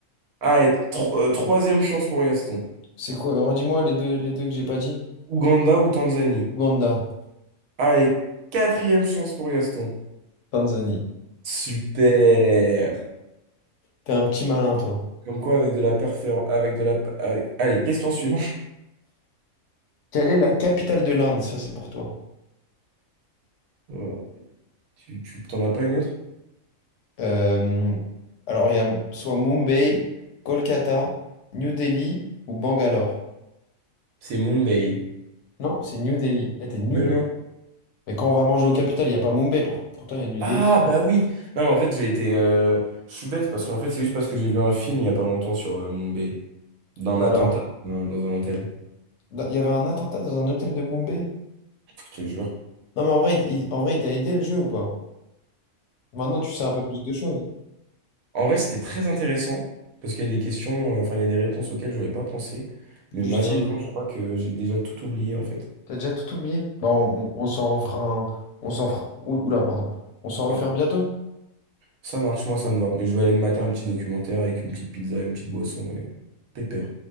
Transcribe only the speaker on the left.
C'est quoi? Redis-moi les deux, les deux que j'ai pas dit.
Ouganda,
Tanzanie.
T'es un petit malin, toi.
Quelle est la capitale de l'Inde? Ça, c'est pour toi.
Euh, alors, il y a soit Mumbai, Kolkata, New Delhi ou Bangalore.
Non, c'est New Delhi. Eh, t'es nul.
Mais quand on va manger au capital, il n'y a pas Mumbai. pour- pourtant, il y a New
Delhi.
Et alors?
Il y avait un attentat dans un hôtel de Mumbai?
Non, mais en vrai, il, il- en vrai, il t'a aidé le jeu ou pas? Maintenant, tu sais un peu plus de choses.
Du
style.
T'as déjà tout oublié? Bah, on, on- on s'en refera un... On s'en fera... Ouh- Oula, pardon. On s'en refait
un bientôt?